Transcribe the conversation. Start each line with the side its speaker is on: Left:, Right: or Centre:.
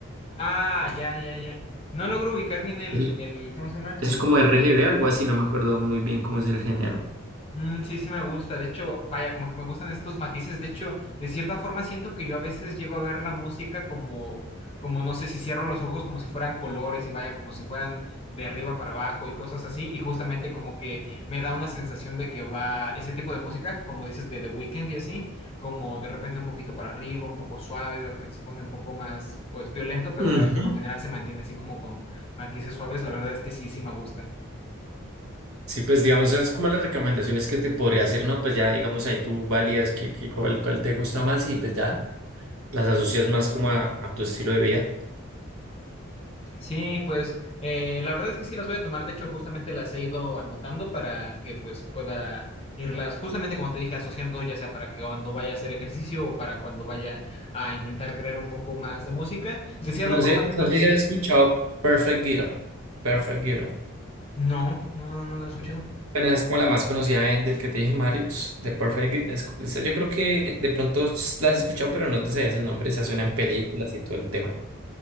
Left: Ah, ya, ya, ya. No logro ubicar bien el,
Right: Es,
Left: el, ¿cómo se llama?
Right: es
Left: El...
Right: como RGB, algo así, no me acuerdo muy bien cómo es el género.
Left: Mm, sí, sí me gusta. De hecho, vaya, como que me gustan estos matices. De hecho, de cierta forma siento que yo a veces llego a ver la música como, como no sé, si cierro los ojos como si fueran colores y vaya, como si fueran de arriba para abajo y cosas así. Y justamente como que me da una sensación de que va ese tipo de música, como dices, de The Weeknd y así, como de repente un poquito para arriba, un poco suave, de repente se pone un poco más, pues, violento, pero
Right: Ujú.
Left: vaya, por lo general se mantiene así como con matices suaves. La verdad es que sí, sí me gusta.
Right: Sí, pues digamos, esas como las recomendaciones que te podría hacer, ¿no? Pues ya digamos ahí tú validas que, que cuál, cuál te gusta más y pues ya las asocias más como a, a tu estilo de vida.
Left: Sí, pues eh, la verdad es que sí las voy a tomar. De hecho, justamente las he ido anotando para que pues pueda irlas, justamente como te dije, asociando ya sea para que cuando vaya a hacer ejercicio o para cuando vaya a intentar crear un poco más de música. De cierta
Right: No
Left: forma
Right: sé,
Left: es
Right: no
Left: lo
Right: sé
Left: que...
Right: si has escuchado Perfect Girl. Perfect Girl.
Left: No, no, no, no, no he escuchado.
Right: Bueno, esa es como la más conocida en- del que te dije, Marius, de Perfect Girl. Es- esa yo creo que de pronto s- la has escuchado, pero no te sabías el nombre. Esa suena en películas y todo el tema.